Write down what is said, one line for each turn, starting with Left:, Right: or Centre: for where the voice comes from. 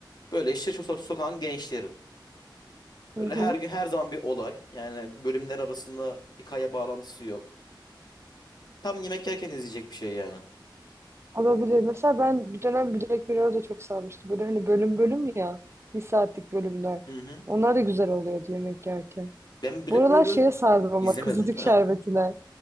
Left: Böyle işte çok sokağın gençleri. Böyle
Right: Hı hı.
Left: her gün her zaman bir olay. Yani bölümler arasında hikaye bağlantısı yok. Tam yemek yerken izleyecek bir şey yani.
Right: Olabilir. Mesela ben bir dönem Black Mirror'a da çok sarmıştım. Böyle hani bölüm bölüm ya. Bir saatlik bölümler.
Left: Hı hı.
Right: Onlar da güzel oluyordu yemek yerken.
Left: Ben Black
Right: Buralar
Left: Mirror'ı
Right: şeye sardım ama
Left: izlemedim
Right: kızılcık
Left: de.
Right: şerbetine.